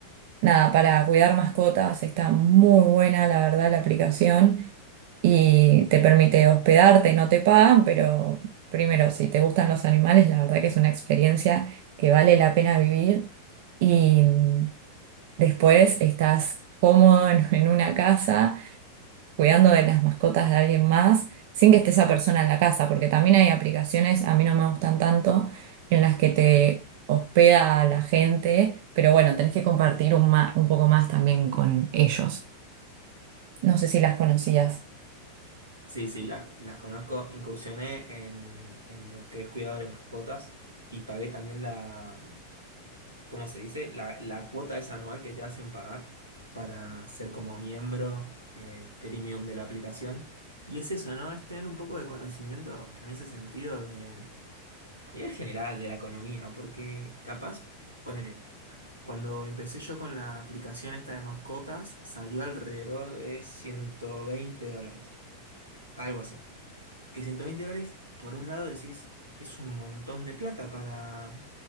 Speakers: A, on the right (about 50°); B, on the right (about 80°).
A: Nada, para cuidar mascotas está muy buena, la verdad, la aplicación y te permite hospedarte, no te pagan, pero primero, si te gustan los animales, la verdad que es una experiencia que vale la pena vivir y mm, después estás cómodo en, <laughs> en una casa cuidando de las mascotas de alguien más sin que esté esa persona en la casa, porque también hay aplicaciones, a mí no me gustan tanto, en las que te hospeda a la gente, pero bueno, tenés que compartir un, ma- un poco más también con ellos. No sé si las conocías.
B: Sí, sí, las, las conozco. Incursioné en, en lo que es cuidado de mascotas y pagué también la, ¿cómo se dice? La, la cuota es anual que te hacen pagar para ser como miembro eh, premium de la aplicación. Y es eso, ¿no? Es tener un poco de conocimiento en ese sentido de, a nivel general de la economía, porque capaz, ponele, cuando empecé yo con la aplicación esta de mascotas, salió alrededor de 120 dólares, algo así que 120 dólares, por un lado decís, es un montón de plata para,